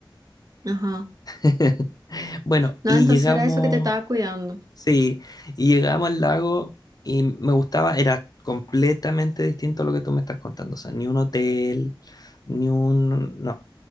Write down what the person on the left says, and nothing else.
<laughs> Bueno,
y
llegamos,
sí, y llegamos al lago y me gustaba, era completamente distinto a lo que tú me estás contando, o sea, ni un hotel, ni un, no,